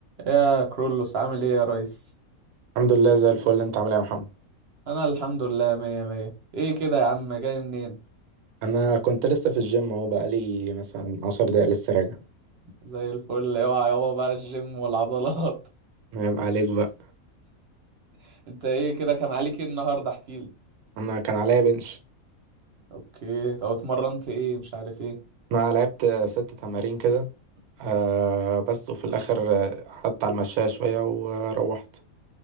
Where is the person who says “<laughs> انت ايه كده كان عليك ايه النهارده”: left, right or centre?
Right